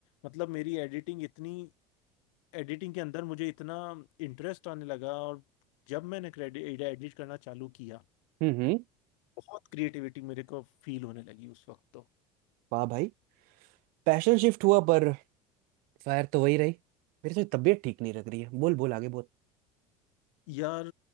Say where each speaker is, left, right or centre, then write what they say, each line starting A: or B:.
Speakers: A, on the left; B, on the right.
A: मतलब मेरी एडिटिंग इतनी एडिटिंग के अंदर मुझे इतना इंटरेस्ट आने लगा और जब मैंने क्रेडिट एडिट करना चालू किया
B: हम्म हम्म हम्म,
A: बहुत क्रिएटिविटी मेरे को फील होने लगी उस वक्त तो
B: वाह भाई पैशन शिफ्ट हुआ पर फायर तो वही रही मेरी तो तबीयत ठीक नहीं लग रही है बोल बोल आगे बोल
A: यार